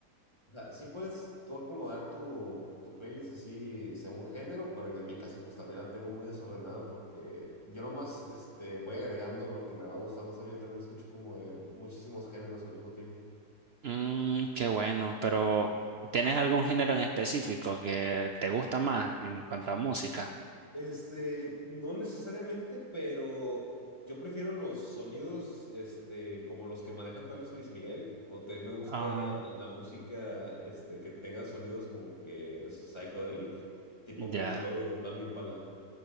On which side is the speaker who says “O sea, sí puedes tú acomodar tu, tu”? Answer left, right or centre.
Left